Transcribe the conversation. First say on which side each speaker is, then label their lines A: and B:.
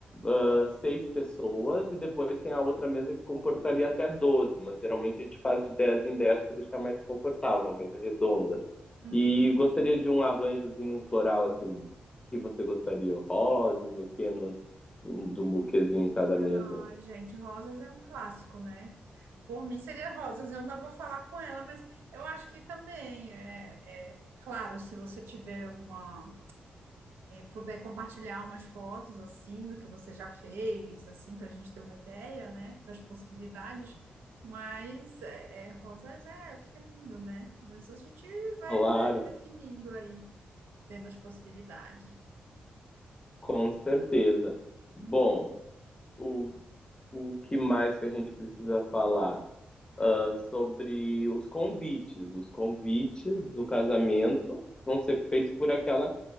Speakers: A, on the left; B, on the right.
A: ah, seis pessoas e depois tem a outra mesa que comportaria até doze mas geralmente a gente faz de 10 em 10 para deixar mais confortável, uma mesa redonda.
B: Uhum.
A: E gostaria de um arranjozinho floral, assim, que você gostaria, rosas, o que, no, um- de um buquezinho em cada
B: Ah,
A: mesa.
B: gente, Rosas é um clássico, né? Por mim seria Rosas, eu ainda vou falar com ela, mas eu acho que também é, é claro, se você tiver uma. puder compartilhar umas fotos assim do que você já fez, assim, para a gente ter uma ideia, né, das possibilidades. Mas é, é, rosas é, fica lindo, né? Mas a gente vai,
A: Claro,
B: vai definindo aí, vendo as possibilidades.
A: com certeza. Bom, o, o que mais que a gente precisa falar? Ah, sobre os convites. Os convites do casamento vão ser feitos por aquela